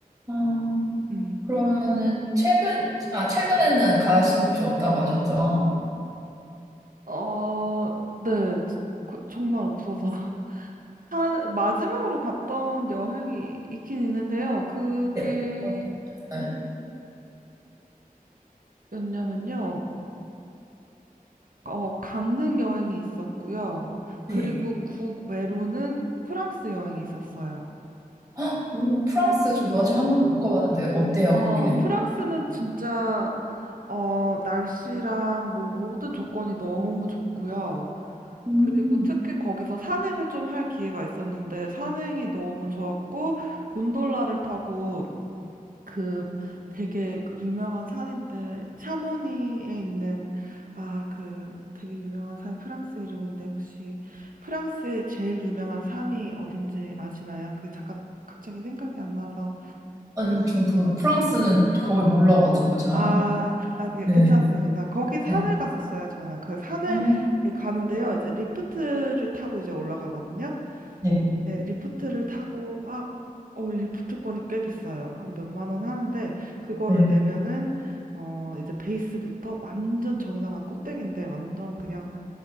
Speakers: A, on the right; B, on the right.
A: 아,
B: 음.
A: 그러면은 최근, 아, 최근에는 가신 곳이 없다고 하셨죠?
B: 어, 네. 그- 정말 없어서. <laughs> 한, 마지막으로 갔던 여행이 있긴 있는데요. 그게
A: 네. 어디 가셨어요?
B: 어디였냐면요. 어, 강릉 여행이 있었고요.
A: 네.
B: 그리고 국외로는 프랑스 여행이 있었어요.
A: 헉, 오, 프랑스 저도
B: 네.
A: 아직 한 번도 못 가봤는데 어때요,
B: 어,
A: 거기는?
B: 프랑스는 진짜 어, 날씨랑 뭐 모든 조건이 너무 좋고요.
A: 음,
B: 그리고 특히 거기서 산행을 좀 할 기회가 있었는데 산행이 너무 좋았고 곤돌라를 타고 그 되게 그 유명한 산인데 샤모니에 있는 아, 그 되게 유명한 산이 프랑스 이름인데 혹시 프랑스의 제일 유명한 산이 어딘지 아시나요? 그게 잠깐 갑자기 생각이 안 나서
A: 아니, 저도 프랑스는 거의 몰라가지고 잘.
B: 아, 아, 네,
A: 네.
B: 괜찮습니다. 거기 산을
A: 네.
B: 갔었어요, 저는. 그 산을
A: 아,
B: 가는데요. 이제 리프트를 타고 이제 올라가거든요.
A: 네.
B: 네, 리프트를 타고 막, 어, 리프트권이 꽤 비싸요. 한 몇만 원 하는데, 그거를
A: 네.
B: 내면은, 어, 이제 베이스부터 완전 정상화 꼭대기인데, 완전 그냥